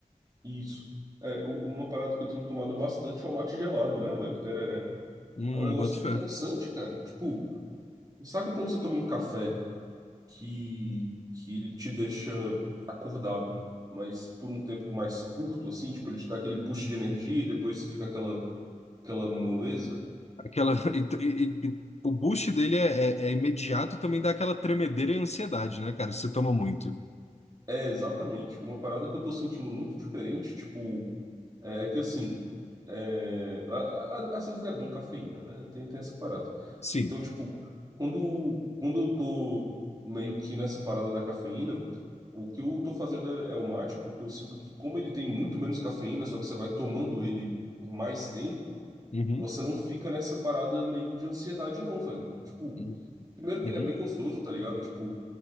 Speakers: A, on the right (about 30°); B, on the left (about 55°).
A: Isso. É, u- uma parada que eu tenho tomado bastante é o mate gelado, né, velho? Tereré.
B: Hum,
A: É um negócio
B: boto fé.
A: interessante, cara. Tipo, saca quando você toma um café que, que ele te deixa acordado, mas por um tempo mais curto, assim? Tipo, ele te dá aquele boost de energia e depois fica aquela, aquela moleza?
B: Aquela, <laughs> e- e- e- o boost dele é, é, é imediato e também dá aquela tremedeira e ansiedade, né, cara? Você toma muito.
A: É, exatamente. Uma parada que eu tô sentindo muito diferente, tipo, é é que assim, é, a- a- às vezes é bom cafeína, né? Tem, tem essa parada.
B: Sim.
A: Então, tipo, quando, quando eu tô meio que nessa parada da cafeína, o que eu tô fazendo é, é o mate, porque eu sinto que como ele tem muito menos cafeína, só que você vai tomando ele por mais tempo,
B: Uhum.
A: você não fica nessa parada meio de ansiedade, não, velho. Tipo,
B: Uhum.
A: primeiro que
B: Uhum.
A: ele é bem gostoso, tá ligado? Tipo,